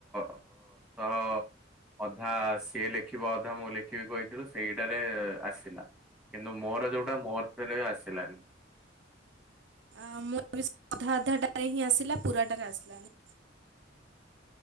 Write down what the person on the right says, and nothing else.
ଆ ମୋ ବି ସେ ଅଧା ଅଧାଟାରେ ହିଁ ଆସିଲା ପୁରାଟାରେ ଆସିଲାନି।